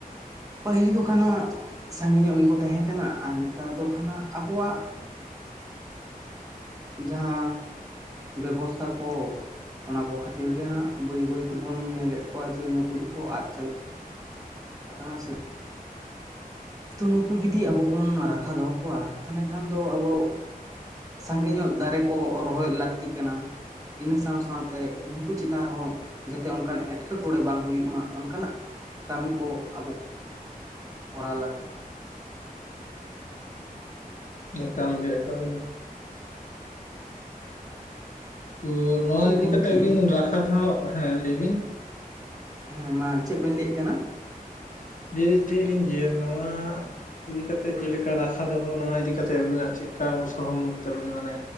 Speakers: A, on the right (about 20°); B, on the left (about 60°).
A: ᱯᱟᱹᱦᱤᱞ ᱫᱚ ᱠᱷᱟᱱ ᱦᱟᱜ ᱥᱟᱸᱜᱤ ᱧᱚᱜ ᱜᱤᱠᱚ ᱠᱚ ᱛᱟᱦᱮᱸ ᱠᱟᱱᱟ ᱟᱨ ᱱᱮᱛᱟᱨ ᱫᱚ ᱠᱷᱟᱱᱟᱜ ᱟᱵᱚᱣᱟᱜ᱾ ᱡᱟᱦᱟᱸ ᱵᱮᱵᱚᱥᱛᱷᱟ ᱠᱚ᱾ ᱚᱱᱟ ᱠᱚ ᱠᱷᱟᱹᱛᱤᱨ ᱜᱮ ᱦᱟᱸᱜ ᱵᱟᱹᱭ ᱵᱟᱹᱭ ᱛᱮᱵᱩᱱ ᱧᱮᱞᱮᱫ ᱠᱚᱣᱟ ᱡᱮ ᱱᱩᱠᱩ ᱫᱩᱠᱩ ᱟᱫ ᱪᱟᱞᱟᱜᱼᱟ, ᱟᱠᱟᱱᱟ ᱥᱮ᱾ ᱛᱚ ᱱᱩᱠᱩ ᱡᱩᱫᱤ ᱟᱵᱚ ᱵᱚᱱ ᱨᱟᱠᱷᱟ ᱫᱚᱦᱚ ᱠᱚᱣᱟ ᱛᱟᱦᱚᱞᱮ ᱠᱷᱟᱱ ᱫᱚ ᱟᱵᱚ᱾ ᱥᱟᱸᱜᱮ ᱧᱚᱜ ᱫᱟᱨᱮ ᱠᱚ ᱨᱚᱦᱚᱭ ᱞᱟᱹᱠᱛᱤᱜ ᱠᱟᱱᱟ᱾ ᱤᱱᱟᱹ ᱥᱟᱣ ᱥᱟᱣᱛᱮ ᱩᱱᱠᱩ ᱪᱮᱛᱟᱱ ᱨᱮᱦᱚᱸ, ᱡᱟᱛᱮ ᱚᱱᱠᱟᱱ ᱮᱴᱠᱮᱴᱚᱬᱮ ᱵᱟᱝ ᱦᱩᱭᱩᱜ ᱢᱟ ᱚᱱᱠᱟᱱᱟᱜ ᱠᱟᱹᱢᱤ ᱠᱚ ᱟᱵᱚ, ᱠᱚᱨᱟᱣ ᱞᱟᱹᱠᱛᱤ᱾
B: ᱮᱠᱟᱞ ᱜᱮ ᱮᱠᱟᱞ ᱜᱮ᱾ ᱛᱚ. ᱱᱚᱣᱟ
A: ᱛᱚ
B: ᱤᱫᱤ
A: ᱜᱚᱢᱠᱮ
B: ᱠᱟᱛᱮᱜ ᱵᱤᱱ ᱨᱟᱠᱷᱟ ᱫᱷᱟᱣ, ᱦᱮᱸ ᱞᱟᱹᱭ ᱵᱤᱱ᱾
A: ᱦᱮᱸ ᱢᱟ ᱪᱮᱫ ᱵᱮᱱ ᱞᱟᱹᱭ ᱮᱫ ᱠᱟᱱᱟ?
B: ᱡᱮ ᱞᱟᱹᱭ ᱮᱫ ᱛᱟᱦᱮᱸ ᱟᱞᱤᱧ ᱡᱮ ᱱᱚᱣᱟ ᱤᱫᱤ ᱠᱟᱛᱮᱫ ᱡᱮᱞᱮᱠᱟ ᱨᱟᱠᱷᱟ ᱫᱚᱦᱚ ᱱᱚᱣᱟ ᱤᱫᱤ ᱠᱟᱛᱮ ᱟᱹᱵᱤᱱᱟᱜ ᱪᱮᱫ ᱞᱮᱠᱟ ᱥᱚᱦᱚᱢᱚᱛ ᱛᱟᱵᱤᱱ ᱢᱟᱱᱮ,